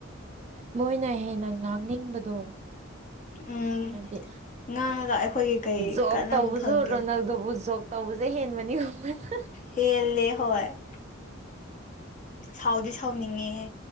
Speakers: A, on the right; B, on the left.
A: ꯃꯣꯏꯅ ꯍꯦꯟꯅ ꯉꯥꯡꯅꯤꯡꯕꯗꯣ꯫
B: ꯎꯝ
A: ꯍꯥꯏꯗꯤ
B: ꯉꯥꯡꯉꯒ ꯑꯩꯈꯣꯏꯒꯤ ꯀꯩ
A: ꯖꯣꯛ
B: ꯀꯥꯟꯅꯕ
A: ꯇꯧꯕꯁꯨ
B: ꯐꯪꯒꯦ
A: ꯔꯣꯅꯥꯜꯗꯣꯕꯨ ꯖꯣꯛ꯫ ꯇꯧꯕꯁꯦ ꯍꯦꯟꯕꯅꯤ꯫ ꯃꯣꯏꯅ
B: ꯍꯦꯜꯂꯦ ꯍꯣꯏ ꯫ ꯁꯥꯎꯗꯤ ꯁꯥꯎꯅꯤꯡꯉꯦꯍꯦ꯫